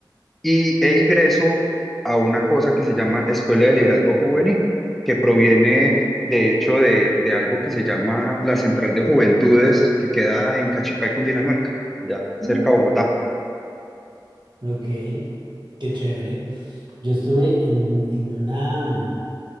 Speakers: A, in the centre; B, on the right (about 70°).
A: y e ingreso a una cosa que se llama Escuela de Liderazgo Juvenil, que proviene de hecho de, de algo que se llama la Central de Juventudes, que queda en Cachipay, Cundinamarca, allá cerca
B: Mm,
A: de Bogotá.
B: ok, qué chévere. Yo estuve en, en una mm,